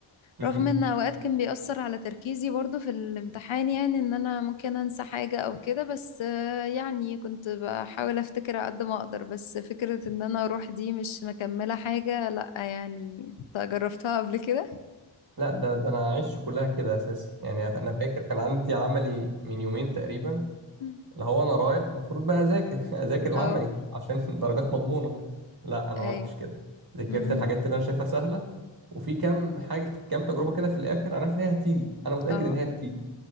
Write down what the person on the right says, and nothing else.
امم
لا ده ده انا عشت كلها كده اساسا يعني انا فاكر كان عندي عملي من يومين تقريبا
اللي هو انا رايح المفروض بقى اذاكر <laughs> اذاكر العملي
عشان <laughs> الدرجات مضمونه لا انا
ما عملتش كده ذاكرت
الحاجات اللي انا شايفها سهله وفي كام حاجه كام تجربه كده في الاخر انا عارف ان هي هتيجي انا متاكد
ان هي هتيجي